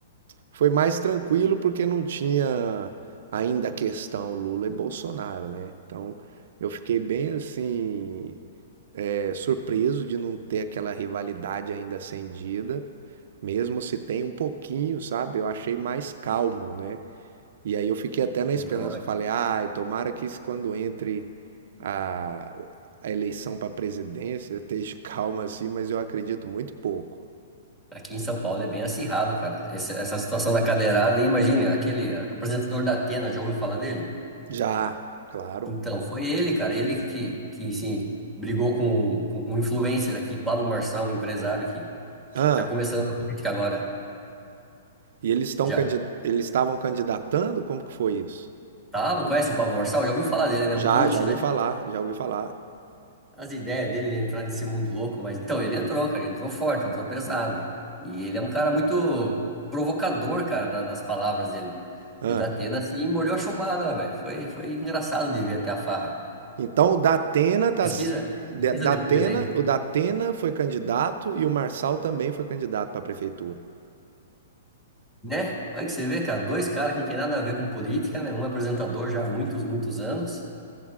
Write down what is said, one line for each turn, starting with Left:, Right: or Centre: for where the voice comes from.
Right: Foi mais tranquilo porque não tinha ainda a questão Lula e Bolsonaro, né? Então eu fiquei bem assim, é, surpreso de não ter aquela rivalidade ainda acendida, mesmo se tem um pouquinho, sabe? Eu achei mais calmo, né? E aí eu fiquei até na
Centre: Não,
Right: esperança,
Centre: aqui,
Right: eu falei, ai, tomara que isso quando entre a, a eleição para presidência esteja <laughs> calma assim, mas eu acredito muito pouco.
Centre: aqui em São Paulo é bem acirrado, cara. Esse- essa situação da cadeirada aí, imagine, aquele apresentador da Atena, já ouviu falar dele?
Right: Já, claro.
Centre: Então, foi ele, cara, ele que, que sim, brigou com, com um influencer aqui, Pablo Marçal, um empresário que, que
Right: Ah.
Centre: tá começando na política agora.
Right: E eles estão
Centre: Já
Right: candid- eles estavam candidatando? Como que foi isso?
Centre: tá, conhece o Pablo Marçal? Já ouviu falar dele, né?
Right: Já,
Centre: Um coach,
Right: já ouvi
Centre: né?
Right: falar, já ouvi falar.
Centre: As ideias dele de entrar nesse mundo louco, mas então ele entrou, cara, ele entrou forte, entrou pesado. E ele é um cara muito provocador, cara, na- nas palavras dele.
Right: Ah,
Centre: E o Datena, assim, mordeu a chumbada, velho. Foi, foi engraçado de ver até a farra.
Right: Então o Datena tá
Centre: Pesquisa,
Right: s- Da-
Centre: pesquisa
Right: Datena,
Centre: depois, hein?
Right: o Datena foi candidato e o Marçal também foi candidato para a prefeitura.
Centre: Né? Olha que você vê, cara, dois caras que não tem nada a ver com política, né? Um é apresentador já há muitos, muitos anos,